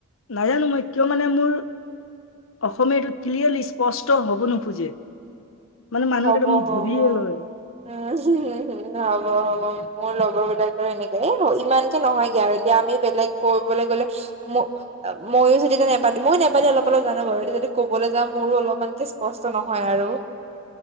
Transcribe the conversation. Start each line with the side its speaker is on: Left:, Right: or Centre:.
Left: নাজানো মই কিয় মানে মোৰ অসমীয়া এইটো ক্লিয়াৰলি স্পষ্ট হ'ব নোখোজে। মানে মানুহকেইটা
Right: হব
Left: মোক
Right: হ'ব,
Left: ধৰিয়ে লয়
Right: উম হব হ'ব। মোৰ লগৰ বিলাকৰো এনেকুৱাই, এই ইমানকে নহয়গে আৰু এতিয়া আমিও বেলেগ কৰিবলৈ গ'লে মো ময়ো যদি এতিয়া নেপালি ময়ো নেপালি অলপ অলপ জানো বাৰু যদি ক'বলৈ যাওঁ মোৰো অলপমানকে স্পষ্ট নহয় আৰ <unintelligible>